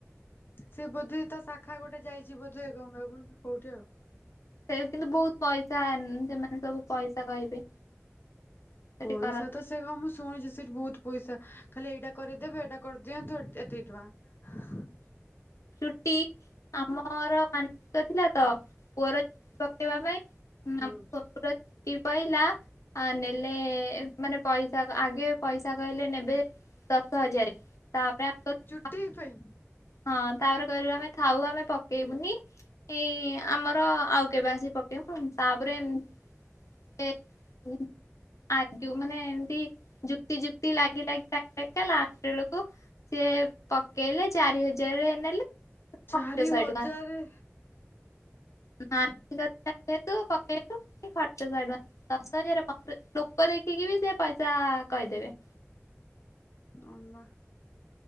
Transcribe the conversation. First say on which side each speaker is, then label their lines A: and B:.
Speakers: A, on the left; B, on the left.
A: ସେ ବୋଧେ ତା ଶାଖା ଗୋଟେ ଯାଇଚି ବୋଧେ ଗଙ୍ଗାକୁ କି କୋଉଠି ଆଉ।
B: ସେ କିନ୍ତୁ ବୋହୁତ ପଇସା ସେମାନେ ସବୁ ପଇସା କହିବେ। ସେଠି
A: ପଇସା
B: କରନ୍ତି
A: ତ ସେ ହଁ ମୁଁ ଶୁଣିଚି ସେଠି ବୋହୁତ ପଇସା ଖାଲି ଏଇଟା କରିଦେବେ ଏଇଟା କରିଦିଅନ୍ତୁ ଏତିକି ଟଙ୍କା। ହ <unintelligible>
B: ଚୁଟି ଆମର ମାନିସିକ ଥିଲା ତ ପୁଅର ପକେଇବା ପାଇଁ। ଆମ
A: ହୁଁ
B: ପୁଅର ଚୁଟି ପାଇଲା ନେଲେ ମାନେ ପଇସା ଆଗେ ପଇସା କହିଲେ ନେବେ ଦଶ ହଜାର ତାପରେ ଆ <unintelligible>
A: ତିଇ ପାଇଁ
B: ହଁ ତାପରେ କହିଲୁ ଆମେ ଥାଉ ଆମେ ପକେଇବୁନି ଏଇ ଆମର ଆଉ କେବେ ଆସିକି ପ୍ <unintelligible> ତାପରେ <unintelligible> ଯୋଉ ମାନେ ଏମିତି ଯୁକ୍ତି ଯୁକ୍ତି ଲାଗି ଲାଗି ଲାଗି ଲଗିକା ଲାଷ୍ଟବେଳକୁ ସିଏ ପକେଇଲେ ଚାରି ହଜାରେ ନେଲେ।
A: ଚାରି
B: ଖର୍ଚ୍ଚ ଶହେ
A: ହଜାରେ।
B: ଟଙ୍କା ମାନସିକ ଥିଲା ଯେହେତୁ ପକେଇଲୁ <unintelligible> ଖର୍ଚ୍ଚ ସହେ ଟଙ୍କା ଦଶ ହଜାର ପନ୍ଦର ହଜାର ଲୋକ ଦେଖିକିବି ସେ ପଇସା କହିଦେବେ।
A: ଅନା।